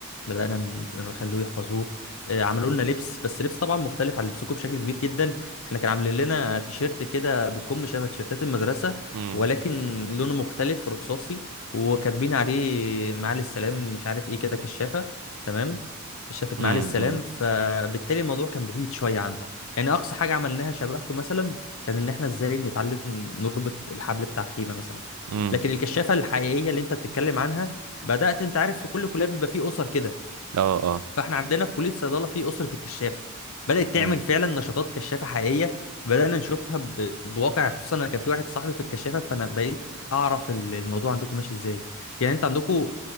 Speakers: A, on the left (about 70°); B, on the right (about 85°).
A: بدانا ن- نخلوه يحفظوه آه، عملوا لنا لبس بس لبس طبعا مختلف عن لبسكم بشكل كبير جدا احنا كان عاملين لنا تيشيرت كده بكم شبه تيشيرتات المدرسه
B: امم
A: ولكن لونه مختلف رصاصي وكاتبين عليه معالي السلام مش عارف ايه كده كشافه تمام شافت
B: امم
A: معالي السلام فبالتالي الموضوع كان بعيد شويه عنكم يعني اقصى حاجه عملناها شبهكم مثلا كان ان احنا ازاي نتعلم نربط الحبل بتاع خيمه مثلا
B: امم
A: لكن الكشافه الحقيقيه اللي انت بتتكلم عنها بدات انت عارف في كل كليه بيبقى فيه اسر كده
B: اه
A: فاحنا عندنا في كليه الصيدله في اسره الكشافه بدات تعمل
B: اه
A: فعلا نشاطات كشافه حقيقيه بدانا نشوفها ب... بواقع خصوصا انا كان في واحد صاحبي في الكشافه فانا بقيت اعرف ال- الموضوع عندكم ماشي ازاي يعني انت عندكم